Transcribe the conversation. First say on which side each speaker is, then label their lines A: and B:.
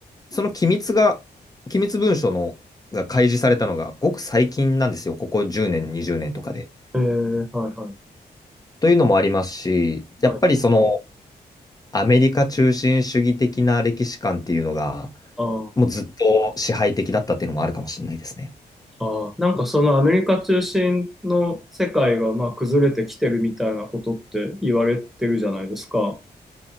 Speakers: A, on the left; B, in the centre.
A: うその機密が、機密文書のが開示されたのがごく最近なんですよ、ここ10年、20年とかで。
B: えー、はい、はい。
A: というのもありますし、やっぱりその
B: はい。
A: アメリカ中心主義的な歴史観っていうのが、
B: ああ、
A: もうずっと支配的だったっていうのもあるかもしれないですね。
B: ああ。なんかそのアメリカ中心の世界がまあ崩れてきてるみたいなことって言われてるじゃないですか。